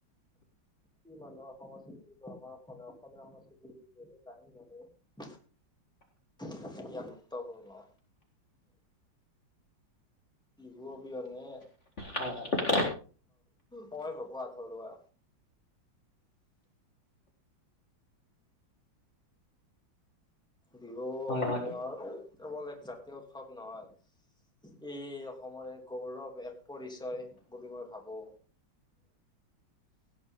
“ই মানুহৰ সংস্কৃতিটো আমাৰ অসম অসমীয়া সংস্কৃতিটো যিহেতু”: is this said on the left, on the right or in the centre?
Centre